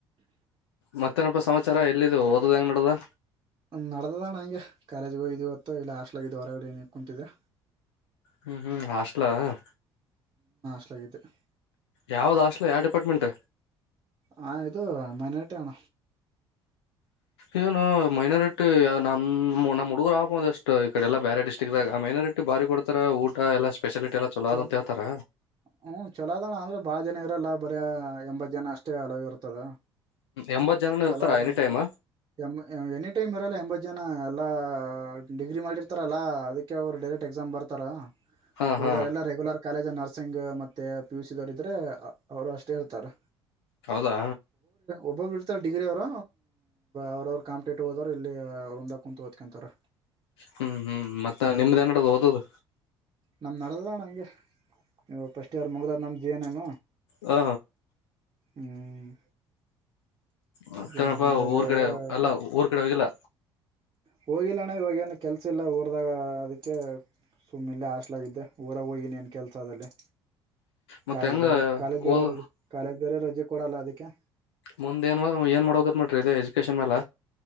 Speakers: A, on the left; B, on the right.
A: ಮತ್ತೆನಪ ಸಮಾಚಾರ ಎಲ್ಲ ಓದ್ ಹೆಂಗ ನಡಿದ
B: ನಡ್ದದಣ ಹಂಗೆ ಕಾಲೇಜ್ ಹೋಗಿದೀವತ್ತು ಇಲ್ಲ ಹಾಸ್ಟ್ಲಗಿದ್ದ ಹೊರಗಡೆ ಏನ ಕುಂತಿದೆ
A: ಹ್ಮ್ ಹ್ಮ್ ಹಾಸ್ಟೆಲ್ ಹ
B: ಲ <inaudible>
A: ಯಾವ್ದ ಹಾಸ್ಟೆಲ್ ಯಾವ ಡಿಪಾರ್ಟ್ಮೆಂಟ್
B: ಹಾ ಇದು ಮನಟ ಆಣ
A: ಇವನು ಮೈನಾರಿಟಿ ನ ನಮ್ಮ ಹುಡುಗರು ಆಬಹಂದ ಅಷ್ಟು ಈ ಕಡೆ ಎಲ್ಲಾ ಬೇರೆ ಡಿಸ್ಟ್ರಕ್ ದಾಗ ಮೈನ ಬಾರಿ ಕೊಡ್ತಾರ ಊಟ ಎಲ್ಲ ಸ್ಪೆಷಾಲಿಟಿ ಎಲ್ಲ ಚಲೋ
B: ಚ
A: ಅದ ಅಂತ ಹೇಳ್ತಾರ
B: ಹ್ಮ್ ಚೊಲೋ ಅದಣ ಅಂದ್ರ ಬಾಳ ಜನ ಇರಲ್ಲ ಬರ ಎಂಬತ್ತು ಜನ ಅಷ್ಟೇ ಹಲೋ ಇರ್ತದ
A: ಎಂಬತ್ ಜನನು
B: ಚಲ
A: ಇರ್ತಾರ
B: ಅದು
A: ಎನಿ ಟೈಮ್
B: ಎ ಎನಿ ಟೈಮ್ ಇರಲ್ಲ ಎಂಬ ಜನ ಎಲ್ಲಾ ಡಿಗ್ರಿ ಮಾಡಿರ್ತಾರಲ್ಲಾ ಅದಕ್ಕೆ ಅವರು ಡೈರೆಕ್ಟ್ ಎಕ್ಸಾಮ್ ಬರ್ತಾರ
A: ಹಾ
B: ಉಳಿದವರೆ
A: ಹಾ
B: ಎಲ್ಲ ರೆಗ್ಯುಲರ್ ಕಾಲೇಜ್ ನರ್ಸಿಂಗ್ ಮತ್ತೆ ಪಿ ಯು ಸಿ ದವರ್ ಇದ್ರೆ ಅವ್ರು ಅಷ್ಟೇ ಇರ್ತಾರೆ
A: ಹೌದಾ
B: ಒಬ್ಬೊಬ್ಬ ಇಡ್ತಾರೆ ಡಿಗ್ರಿ ಅವ್ರು ಅವ್ರವ್ರ ಕಾಂಪಿಟೇಟಿವ್ ಹೋದವರು ಇಲ್ಲಿ ಅವರುಂದಾಗ ಕುಂತು ಓದ್ಕೊಂತಾರೆ
A: ಹ್ಮ್ ಹ್ಮ್ ಮತ್ತ ನಿಮ್ದ ನಡದು ಓದದು
B: ನಮ್ ನಡಣ ಹಂಗೆ ನೀವು ಫಸ್ಟ್ ಇಯರ್ ಮುಗ್ದಾದ್ ನಮ್ ಜಿ ಎನ್ ಎಮ್
A: ಹ್ಮ
B: ಹ್ಮ್
A: ಮತ್ತೇನಪ್ಪಾ
B: ಜಿ ಎನ್ ಎಮ್ ಮುಗ್ದದ್
A: ಊರ್
B: ಇವಾಗ
A: ಕಡೆ ಅಲ್ಲ ಊರ್ ಕಡೆ ಹೋಗಿಲ್ಲ
B: ಹೋಗಿಲ್ಲಾನ ಇವಾಗೇನು ಕೆಲ್ಸ ಇಲ್ಲ ಊರಿದಾಗ ಅದಕ್ಕೆ ಸುಮ್ಮನೆಲ್ಲೇ ಹಾಸ್ಲಾಗಿದ್ದೆ ಊರ ಹೋಗನಿ ಏನ್ ಕೆಲಸ ಅದಲ್ಲಿ
A: ಮತ್ತ
B: ಕಾಲೇಜ್
A: ಹೆಂಗ
B: ಬೇರೆ ಕಾಲೇಜ್ ಬೇರೆ
A: ಓದ್
B: ರಜೆ ಕಾಲೇಜ್ ಬೇರೆ ರಜೆ ಕೊಡಲ್ಲ ಅದಕ್ಕೆ
A: ಮುಂದ್ ಏನ್ ಏನ್ ಮಾಡೋಕತ್ರಿ ಇ ಎಜುಕೇೇಶನ್ ಮೇಲ